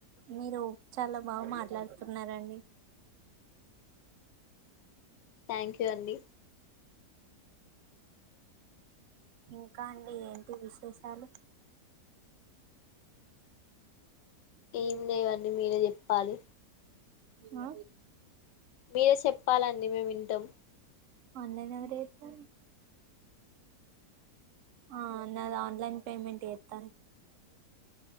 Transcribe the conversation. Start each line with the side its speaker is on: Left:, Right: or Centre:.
Right: మీరు చాలా బాగా మాట్లాడుతున్నారంండి
Left: థ్యాంక్యూ. అండి
Right: ఇంకా అండి ఏంటి విశేషాలు
Left: ఏమి లేవండి మీరే చెప్ప పాలి
Right: ఆ
Left: మీరే చెప్పాలండి మేమి వింటాం
Right: అన్లైన్ ఎవరైతే ఆ నాది ఆన్లైన్ పేమెంట్ ఎస్త